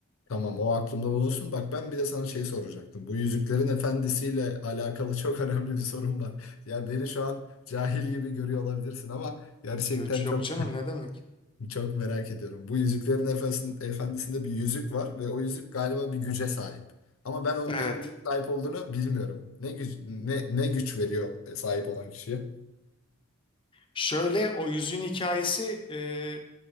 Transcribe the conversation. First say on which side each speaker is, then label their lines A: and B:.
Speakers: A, on the left; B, on the left.
A: Tamam o aklımda bulunsun. Bak ben bir de sana şey soracaktım. Bu Yüzüklerin Efendisi'yle alakalı <laughs> çok önemli bir sorum var. Ya beni şu an cahil gibi görüyor olabilirsin ama gerçekten
B: Yok, yok
A: çok
B: canım ne demek.
A: çok merak ediyorum. Bu Yüzüklerin efendisi'nin Efendisi'nde bir yüzük var ve o yüzük galiba bir güce sahip. Ama ben onun
B: Evet.
A: ne güce sahip olduğunu bilmiyorum. Ne güç ne, ne güç veriyor sahip olan kişiye?
B: Şöyle o yüzüğün hikayesi e,